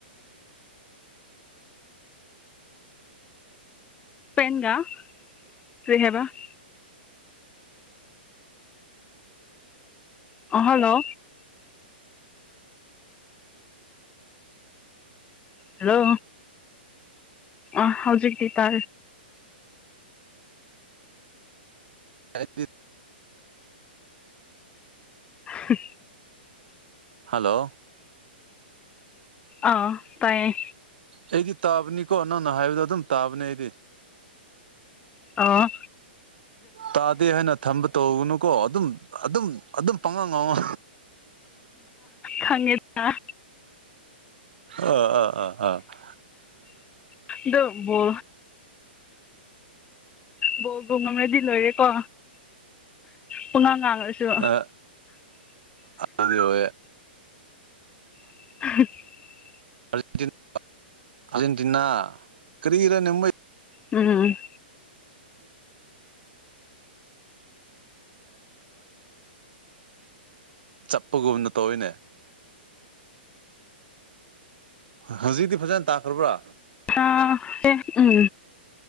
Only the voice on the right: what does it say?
ꯑꯛꯇ
ꯍꯜꯂꯣ
ꯑꯩꯗꯤ ꯇꯥꯕꯅꯤꯀꯣ ꯅꯪꯅ ꯍꯥꯏꯕꯗꯣ ꯑꯗꯨꯝ ꯇꯥꯕꯅꯦ ꯑꯩꯗꯤ
ꯇꯥꯗꯦ ꯍꯥꯏꯅ ꯊꯝꯕ ꯇꯧꯕꯅꯨꯀꯣ ꯑꯗꯨꯝ ꯑꯗꯨꯝ ꯑꯗꯨꯝ ꯄꯥꯡꯉꯥꯡ ꯉꯥꯉ
ꯑꯥ ꯑꯥ ꯑꯥ ꯑꯥ
ꯑ ꯑꯗ ꯍꯋꯦ
ꯑꯖꯦꯟꯇꯤ ꯑꯔꯖꯦꯟꯇꯤꯅꯥ ꯀꯔꯤꯔ ꯅꯩ
ꯆꯠꯄꯒꯨꯝꯅ ꯇꯧꯔꯤꯅꯦ ꯍꯧꯖꯤꯛꯇꯤ ꯐꯖꯅ ꯇꯥꯛꯈ꯭ꯔꯕ꯭ꯔꯥ